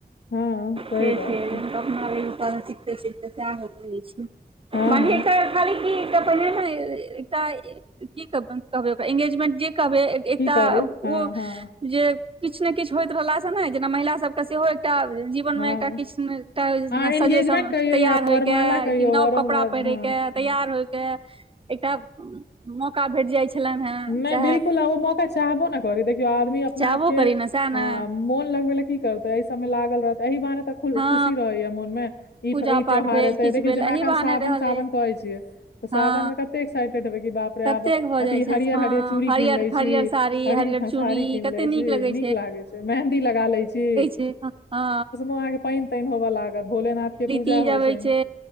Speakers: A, on the left; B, on the right.
A: हँ सही
B: से
A: बात
B: छै तऽ अपना सिखते छै तऽ सएह होै छै
A: हँ
B: मानही
A: हँ
B: त खाली की पहिने एकटा कि कहबय ओकरा एंगेजमेंट जे कहबय एकटा
A: की कहलियै
B: ओ।
A: हँ हँ
B: जे किछ ने किछु होइत रहला से ने जेना महिला सभ के सेहो एकटा जी हू
A: हँ
B: मे एकटा किछटा
A: अहाँ एंगेजमेंट
B: सजेसन
A: कहियौ
B: तैयार
A: या
B: होयके
A: वरमाला कहियौ
B: कि नव
A: वरो
B: कपड़ा
A: हँ
B: पहिरे के तैयार
A: हँ
B: होय के एकटा
A: <inaudible>
B: मौका भेट जाइ छलनि हेँ
A: नै
B: चाहे
A: बिल्कुल आब ओ मौका चाहबो न करी देखियऔ आदमी अप अपना
B: चाहबो
A: आपके
B: करी ने सएह
A: हँ
B: ने
A: मोन लगबय लै की करतै एहि सबमे लागल रहतै एहि बहाने तऽ
B: हँ
A: खुशी रहैया मोनमे इ
B: पूजा
A: ई त्यहार
B: पाठ भेल
A: ह एते
B: किछु
A: देखियो
B: भेल
A: जेना
B: एही
A: अ
B: बहाने
A: सावन
B: रहल
A: सावन
B: अइ
A: कहे छीियै तऽ सावन
B: हँ
A: मे कते एक्साइटेड हेबे क बाप प्रयाबह
B: ततेक भऽ जाइ
A: अथि
B: छै
A: हरियर।
B: हँ
A: हरियर चूड़ी
B: हरियर
A: कीन ले
B: हरियर
A: छी
B: साड़ी हरियर
A: हरि
B: चूड़ी
A: सारी कीन
B: कते
A: ले छी
B: लगै
A: नीक लागै छै मेहदी लगा ले छी
B: एखन हा
A: हाँ के पाइन ताइन होबऽ लागत भोले नाथ के पुजा
B: तीज
A: होइछैन
B: अबै छै